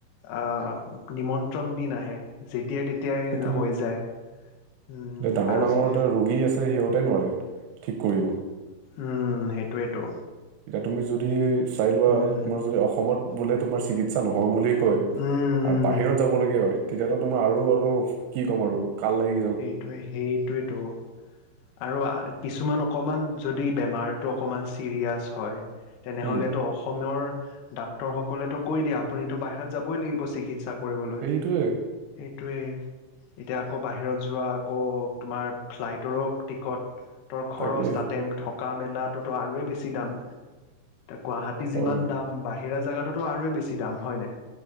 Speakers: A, on the left (about 75°); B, on the right (about 80°).
A: অহ নিমন্ত্ৰণ দিন আহে যেতিয়াই তেতিয়াই
B: সেইটোয়ে
A: হৈ যায় উম,
B: এতিয়া ডাঙৰ
A: আৰু
B: ডাঙৰ
A: যি
B: এটা ৰোগী আছে সিহঁতে নোৱাৰে ঠিক কৰিব
A: উম সেইটোয়েতো
B: এতিয়া তুমি যদি চাই লোৱা
A: উম,
B: তোমাৰ যদি অসমত বোলে তোমাৰ চিকিৎসা নহয় বুলি কয়
A: উম,
B: আৰু
A: উম,
B: বাহিৰত যাবলগীয়া হয় তেতিয়াতো তোমাৰ আৰু আৰু কি ক'ম আৰু কাল লা <unintelligible>
A: সেইটোৱে সেইটোৱেতো আৰু কিছুমান অকণমান যদি বেমাৰটো অকণমান ছিৰিয়াছ হয় তেনেহ'লেতো
B: উম
A: অসমীয়ৰ ডাক্তৰসকলেতো কৈ দিয়ে আপুনিতো বাহিৰত যাবই লাগিব চিকিৎসা। - কৰিবলৈ
B: এইটোৱে
A: সেইটোৱেই এতিয়া আকৌ বাহিৰত যোৱা আকৌ তোমাৰ ফ্লাইটৰো টিকট তৰ খৰচ
B: তাকে
A: তাতে থকা মেলাটোতো আৰুয়ে বেছি দাম গুৱাহাটী
B: হয়
A: যিমান
B: হয়
A: দাম বাহিৰা জাগাতো আৰু বেছি দাম হয় নাই